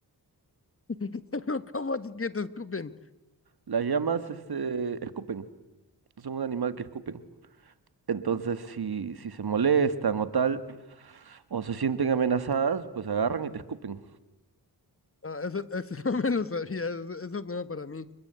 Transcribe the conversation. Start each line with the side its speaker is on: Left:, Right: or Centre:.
Left: <laughs> ¿Cómo así que te escupen?
Right: Las llamas, este, escupen. Son un animal que escupen. Entonces, si, si se molestan o tal, o se sienten amenazadas, pues agarran y te escupen.
Left: Ah, eso, eso <laughs> no me lo sabía, eso, eso es nuevo para mí.